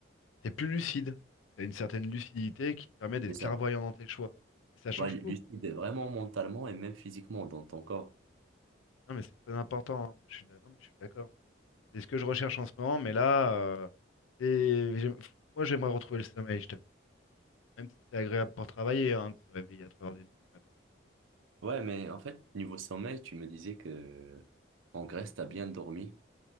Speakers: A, on the left; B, on the right.
A: T'es plus lucide. T'as une certaine lucidité qui te permet d'être
B: C'est ça.
A: clairvoyant dans tes choix. Et ça change
B: Ouais, lucide
A: tout.
B: vraiment mentalement et même physiquement dans ton corps.
A: Non, mais c'est très important. hein. Je suis d'ac- je suis d'accord. C'est ce que je recherche en ce moment, mais là, euh, c'est- j'aime- moi, j'aimerais retrouver le sommeil, je t'avoue. Même si c'est agréable pour travailler, hein, de se réveiller à trois heures du matin. ouais.
B: Ouais, mais en fait, niveau sommeil, tu me disais que en Grèce, t'as bien dormi.